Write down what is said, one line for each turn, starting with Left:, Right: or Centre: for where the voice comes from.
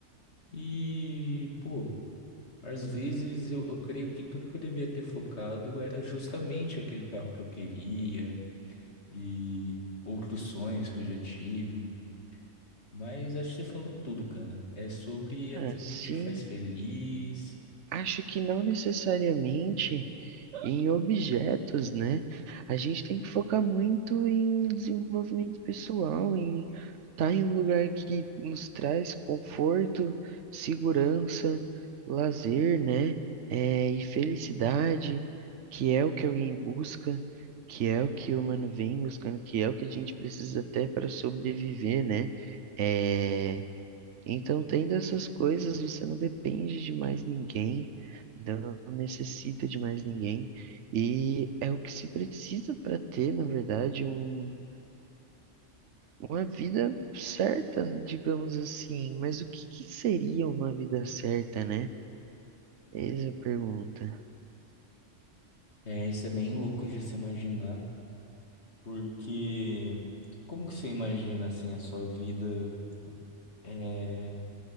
Left: E, pô, às vezes eu, eu creio que tudo que eu devia ter focado era justamente aquele carro que eu queria e outros sonhos que eu já tive. Mas acho que você falou tudo, cara. É sobre aquilo
Right: Assim,
Left: que te faz feliz.
Right: acho que não necessariamente. em objetos, né? A gente tem que focar muito em desenvolvimento pessoal, em estar em um lugar que nos traz conforto, segurança, lazer, né? É, e felicidade, que é o que alguém busca, que é o que o humano vem buscando, que é o que a gente precisa até para sobreviver, né? É, então, tendo essas coisas, você não depende de mais ninguém, então não necessita de mais ninguém, e é o que se precisa para ter, na verdade, um, uma vida certa, digamos assim. Mas o que que seria uma vida certa, né? Eis a pergunta.
Left: É, isso é bem louco de se imaginar, porque como que você imagina assim a sua vida? é,